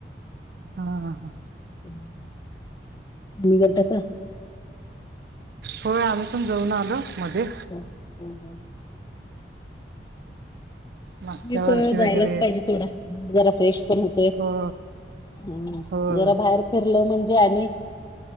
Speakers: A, on the right; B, on the left.
A: हा हा हा
B: <unintelligible>
A: होय आम्ही समजवुन आलो मध्ये.
B: <unintelligible>
A: मागच्या
B: मी प
A: वर्षी
B: जायलाच
A: वगैरे
B: पाहिजे थोडा. जरा फ्रेश पण होतय.
A: हो
B: हम्म
A: होय
B: जरा बाहेर. फिरल म्हणजे आणि